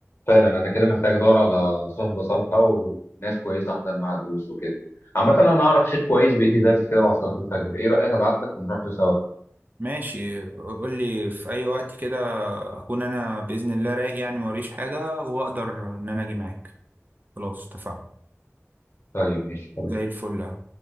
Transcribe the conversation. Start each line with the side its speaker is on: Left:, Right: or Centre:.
Left: فعلا انا كده محتاج ادور على صحبه صالحه وناس كويسه احضر معاها دروس وكده عامه انا اعرف شيخ كويس بيدي درس كده بعد صلاه الفجر ايه رايك ابعت لك ونروح له سوا
Right: ماشي قول لي في اي وقت كده اكون انا باذن الله رايق يعني موريش حاجه واقدر ان انا اجي معاك خلاص اتفقنا
Left: طيب ماشي خلاص
Right: زي الفل